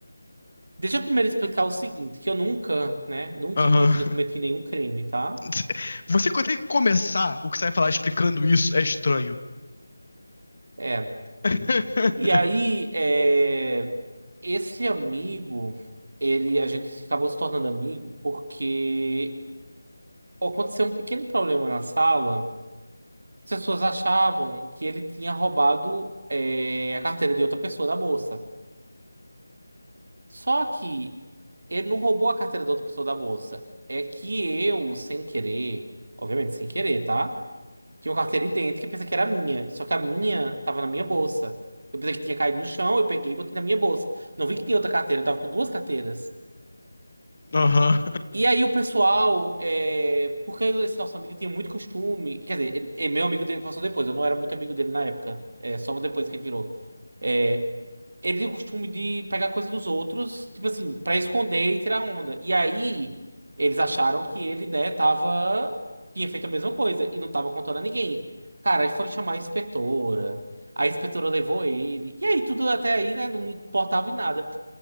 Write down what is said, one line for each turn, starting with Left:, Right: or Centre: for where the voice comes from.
Right: Deixa eu primeiro explicar o seguinte, que eu nunca, né? Nunca
Left: Aham.
Right: em minha vida cometi nenhum crime, tá?
Left: <laughs> Você quando tem que começar o que você vai falar explicando isso é estranho.
Right: É,
Left: <laughs>
Right: E aí, é, esse amigo, ele, a gente acabou se tornando amigo porque aconteceu um pequeno problema na sala. As pessoas achavam que ele tinha roubado, é, a carteira de outra pessoa da bolsa. Só que ele não roubou a carteira da outra pessoa da bolsa. É que eu, sem querer, obviamente sem querer, tá? Tinha uma carteira idêntica que eu pensei que era minha. Só que a minha tava na minha bolsa. Eu pensei que tinha caído no chão, eu peguei e botei na minha bolsa. Não vi que tinha outra carteira, eu tava com duas carteiras.
Left: Aham.
Right: E aí o pessoal, é, porque esse nosso amigo tinha muito costume, quer dizer, ele- é meu amigo dele passou depois, eu não era muito amigo dele na época, é só depois que ele virou. É, ele tinha o costume de pegar coisa dos outros, tipo assim, pra esconder e tirar onda. E aí eles acharam que ele, né, tava, tinha feito a mesma coisa e não tava contando a ninguém. Cara, aí foram chamar a inspetora, a inspetora levou ele, e aí tudo até aí, né, não me importava em nada.